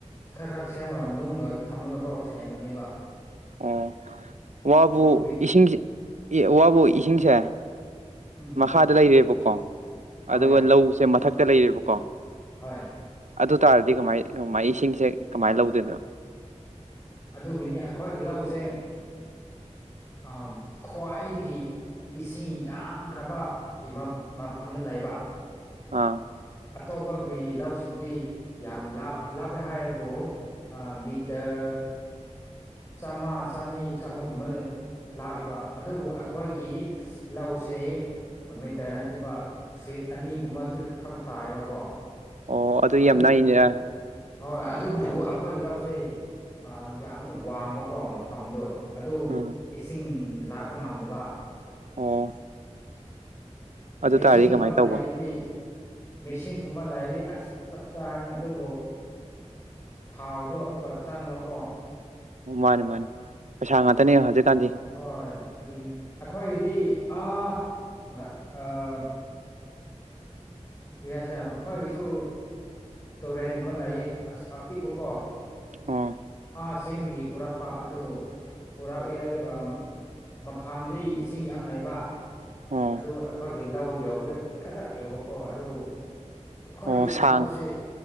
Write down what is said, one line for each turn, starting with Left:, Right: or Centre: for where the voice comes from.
Left: ꯈꯔ ꯈꯔ ꯁꯦꯝꯃꯒ ꯅꯨꯡꯒ ꯊꯝꯃꯒ ꯀꫭ ꯁꯦꯝꯕꯅꯦꯕ
Right: ꯑꯣ ꯋꯥꯕꯨ
Left: ꯑꯗꯨ
Right: ꯏꯁꯤꯡ ꯋꯥꯕꯨ ꯏꯁꯤꯡꯁꯦ
Left: ꯎꯝ
Right: ꯃꯈꯥꯗ ꯂꯩꯔꯦꯕꯀꯣ
Left: ꯍꯣꯏ
Right: ꯑꯗꯨꯒ ꯂꯧꯁꯦ ꯃꯊꯛꯇ ꯂꯩꯔꯦꯕꯀꯣ
Left: ꯍꯣꯏ
Right: ꯑꯗꯨ ꯇꯥꯔꯗꯤ ꯀꯃꯥꯏ ꯀꯃꯥꯏ ꯏꯁꯤꯡꯁꯦ ꯀꯃꯥꯏꯅ ꯂꯧꯗꯣꯏꯅꯣ
Left: ꯑꯗꯨꯒꯤꯅꯤ ꯑꯩꯈꯣꯏꯒꯤ ꯂꯧꯁꯦ ꯑꯝ ꯈ꯭ꯋꯥꯏꯗꯒꯤ ꯏꯁꯤꯡ ꯌꯥꯝꯈ꯭ꯔꯕ ꯒꯤ ꯃꯐꯝꯗ ꯂꯩꯕ
Right: ꯑꯥ
Left: ꯑꯇꯣꯞꯄꯒꯤ ꯂꯧꯁꯤꯡꯗꯤ ꯌꯥꯝ ꯂꯥꯞ ꯂꯥꯞꯅꯦ ꯍꯥꯏꯌꯦꯕꯨ ꯑꯥ ꯃꯤꯠꯇꯔ ꯆꯥꯝꯃ ꯆꯅꯤ ꯆꯍꯨꯝꯒꯨꯝꯕꯗ ꯂꯩ ꯂꯥꯛꯏꯕ ꯑꯗꯨꯕꯨ ꯑꯩꯈꯣꯏꯒꯤ ꯂꯧꯁꯦ ꯑꯃꯤꯇꯔ ꯅꯠꯇꯦꯕ ꯐꯤꯠ ꯑꯅꯤꯒꯨꯝꯕꯆꯨ ꯈꯛ ꯇꯥꯏꯌꯦꯕꯀꯣ
Right: ꯑꯣ ꯑꯗꯨ
Left: ꯑꯗꯨꯕꯨ
Right: ꯌꯥꯝ ꯅꯥꯏꯅꯦ
Left: ꯍꯣꯏ ꯑꯗꯨꯕꯨ ꯑꯈꯣꯏꯒꯤ ꯂꯧꯁꯦ ꯑꯥ ꯌꯥꯝ ꯋꯥꯡꯕꯀꯣ ꯃꯐꯝꯗꯣ ꯑꯗꯨ
Right: ꯑꯥ
Left: ꯏꯁꯤꯡ ꯂꯥꯛꯄ ꯉꯝꯗꯕ
Right: ꯑꯣ ꯑꯗꯨ
Left: ꯃꯦꯁꯤꯟꯒꯨꯝꯕ
Right: ꯇꯥꯔꯗꯤ ꯀꯃꯥꯏꯅ ꯇꯧꯕ
Left: ꯂꯩꯥꯌꯥꯗꯤ ꯃꯦꯁꯤꯡꯒꯨꯝꯕ ꯂꯩꯔꯗꯤ ꯑꯁ ꯆꯞ ꯆꯥꯔꯅꯤ ꯑꯗꯨꯕꯨ ꯊꯥꯎꯗꯣ ꯑꯃꯨꯛꯀ ꯆꯪꯕꯀꯣ
Right: ꯑꯣ ꯃꯥꯅꯦ ꯃꯥꯅꯦ ꯄꯩꯁꯥ ꯉꯥꯛꯇꯅꯦ ꯍꯧꯖꯤꯛꯀꯥꯟꯗꯤ
Left: ꯍꯣꯏ ꯑꯗꯨꯅꯦ ꯑꯩꯈꯣꯏꯒꯤꯗꯤ ꯑꯥ ꯒꯠ ꯑꯥ ꯀ꯭ꯔꯤꯍꯁꯤꯔ ꯑꯩꯈꯣꯏꯒꯤꯁꯨ ꯇꯨꯔꯦꯟꯒꯨꯝꯕ ꯂꯩꯌꯦ ꯑꯁ ꯑꯄꯤꯛꯄꯀꯣ
Right: ꯑꯣ
Left: ꯑꯁꯤꯡꯗꯒꯤ ꯄꯨꯔꯛꯄ ꯑꯗꯨ ꯄꯨꯔꯛꯑꯦ ꯑꯗꯨꯒ ꯃꯥ__ ꯃꯐꯝꯗꯤ ꯏꯁꯤꯡ ꯌꯥꯝ ꯂꯩꯕ
Right: ꯑꯣ
Left: ꯑꯗꯨ ꯑꯩꯈꯣꯏꯒꯤ ꯂꯧ ꯌꯧꯕꯗ ꯈꯥ ꯈꯥ ꯌꯧꯕꯀꯣ ꯑꯗꯨ ꯑꯩꯈꯣꯏꯒꯤ
Right: ꯑꯣ ꯁꯥꯡ
Left: ꯂꯧꯁꯦ